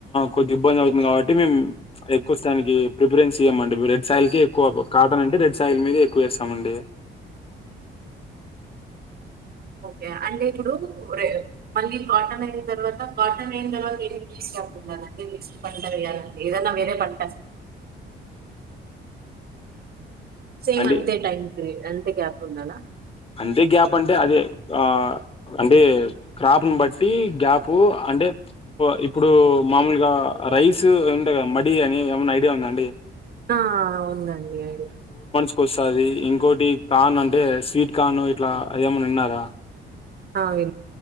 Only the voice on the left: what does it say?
కొద్ది ఇబ్బంది అవుతుంది కాబట్టి మే ఎక్కువ స్థా ప్రిపరెన్ ఇగ మండి రెడ్ సాయిల్ కె ఎక్కువ కాటన్ అంటే రెడ్ సాయిల్ మీద ఎక్కువ వేస్తామండి
అండి
అంతే గ్యాప్ అంటే అదే ఆ అంటే క్రాప్ని బట్టి గ్యాప్ ప్పుూ అంటే ఇప్పుడు మామూలుగా రైస్ ఏంటే కదా మడి అని ఏమైనా ఐడియా ఉందాండి
వస్తుంది ఇంకోటి కాన్ అంటే స్వీట్ కాను ఇట్లా అదేమన్నా విన్నారా